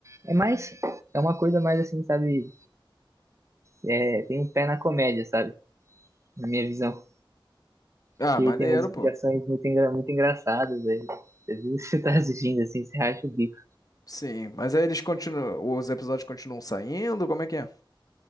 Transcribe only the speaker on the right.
É mais, é uma coisa mais assim, sabe? É, tem um pé na comédia, sabe? Na minha visão.
Porque
tem umas explicações
muito, engra, muito engraçadas. Né? Às vezes <laughs> você tá assistindo assim, você racha o bico.